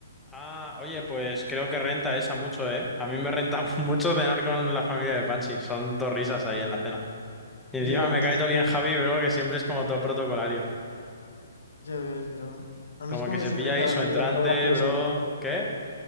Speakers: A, in the centre; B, on the left (about 70°).
A: Ah, oye, pues creo que renta esa mucho, ¿eh? A mí me renta <laughs> mucho cenar con la familia de Panchi. Son dos risas ahí en la cena. Y encima
B: Ya,
A: me cae todo bien Javi, bro, que siempre es como todo protocolario.
B: ya ves, bro. A mí
A: Como
B: es como
A: que se
B: que siempre
A: pilla ahí
B: me vacila,
A: su entrante,
B: todo gracioso.
A: bro. ¿Qué?